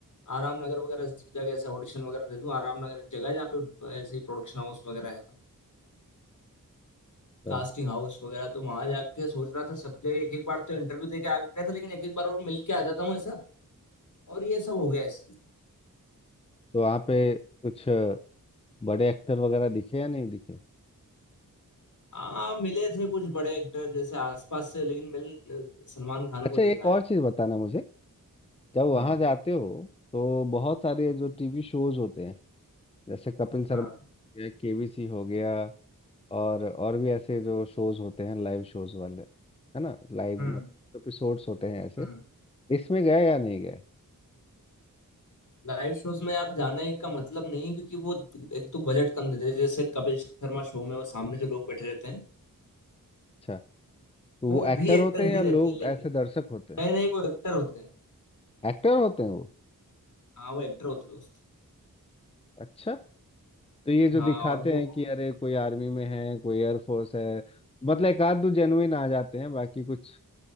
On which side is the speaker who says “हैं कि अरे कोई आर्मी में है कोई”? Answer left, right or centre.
Left